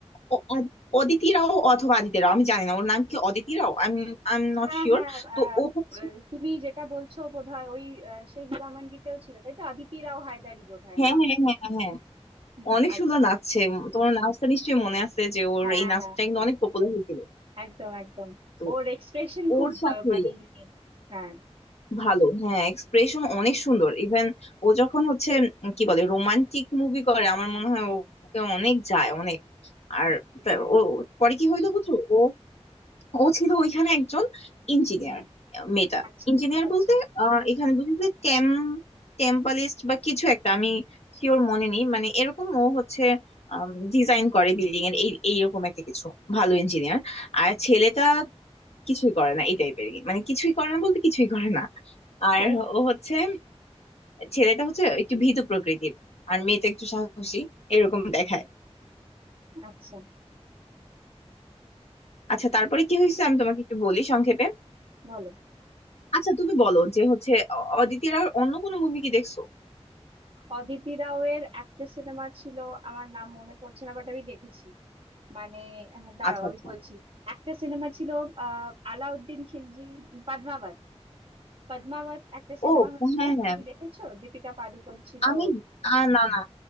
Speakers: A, on the left; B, on the right.
A: অ- অ- অদিতি রাও অথবা আদিতি রাও আমি জানি না ওর নাম কি অদিতি রাও আমি আই এম নট
B: হ্যাঁ
A: শিওর
B: হ্যাঁ
A: তো
B: আহ,
A: ও হচ্ছে
B: আহ, তুমি যেটা বলছো বোধহয় ওই আহ, সেই হীরামান্ডিতেও ছিল তাই তো অদিতি রাও হায়দারি বোধহয়
A: হ্যাঁ
B: নাম
A: হ্যাঁ হ্যাঁ হ্যাঁ হ্যাঁ
B: হুম
A: অনেক
B: আচ্ছা
A: সুন্দর নাচছে উম, তোমার নাচটা নিশ্চয়ই মনে আছে যে ওর
B: হ্যাঁ
A: এই নাচটা
B: হ্যাঁ হ্যাঁ
A: কিন্তু অনেক পপুলার হয়েছিল
B: একদম একদম
A: তো
B: ওর এক্সপ্রেশন খুব
A: ওর সাথে
B: আহ, মানে ইউনিক হ্যাঁ
A: ভালো হ্যাঁ এক্সপ্রেশন অনেক সুন্দর ইভেন ও যখন হচ্ছে উম, কি বলে রোমান্টিক মুভি করে আমার মনে হয় ওকে অনেক যায় অনেক আর
B: সেটাই।
A: তা- ও পরে কি হইলো বুঝছো ও ও ছিল ওইখানে একজন ইঞ্জিনিয়ার
B: হুম
A: মেয়েটা
B: আচ্ছা
A: ইঞ্জিনিয়ার
B: আচ্ছা
A: বলতে আহ, এখানে বুঝি যে টেম টেম্পালিস্ট বা কিছু একটা আমি শিওর মনে নেই মানে এরকম ও হচ্ছে ডিজাইন করে বিল্ডিং এর এই এইরকম একটা কিছু ভালো ইঞ্জিনিয়ার আর ছেলেটা
B: আচ্ছা
A: কিছুই করে না এই টাইপের মানে কিছুই করে না বলতে কিছুই করে না আর
B: ও
A: ও হচ্ছে ছেলেটা হচ্ছে একটু ভীতু প্রকৃতির আর মেয়েটা একটু সাহসী এরকম দেখায়
B: আচ্ছা
A: আচ্ছা তারপরে কি হয়েছে আমি তোমাকে একটু বলি সংক্ষেপে
B: বলো
A: আচ্ছা তুমি বলো যে হচ্ছে অ- অদিতির আর অন্য কোনো মুভি কি দেখছো
B: অদিতি রাও এর একটা সিনেমা ছিল আমার নাম মনে পড়ছে না বাট আমি দেখেছি মানে আহ, দাঁড়াও
A: আচ্ছা
B: আমি
A: আচ্ছা
B: বলছি একটা সিনেমা ছিল আহ আলাউদ্দিন খিলজি পদ্মাবত পদ্মাবত একটা সিনেমা
A: ও
B: হয়েছিল
A: হ্যাঁ হ্যাঁ
B: তুমি দেখেছো দীপিকা পাডুকোন ছিল
A: আমি আ, না না